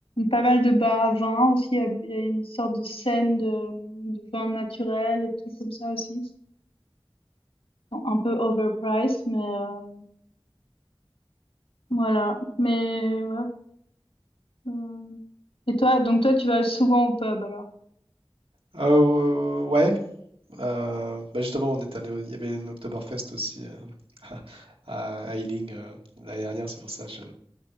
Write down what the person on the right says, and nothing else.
Heu, ouais, heu, bah, justement, on est allé au il y avait une Oktoberfest aussi, heu, <laughs> à à Ealing, heu, l'année dernière, c'est pour ça je